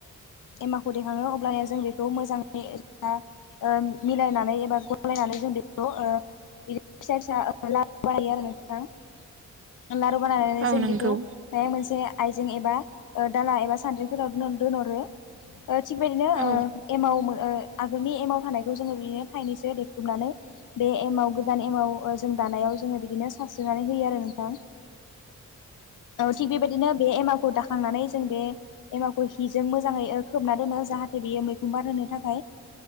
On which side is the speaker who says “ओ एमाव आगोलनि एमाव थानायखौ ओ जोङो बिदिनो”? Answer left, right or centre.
Left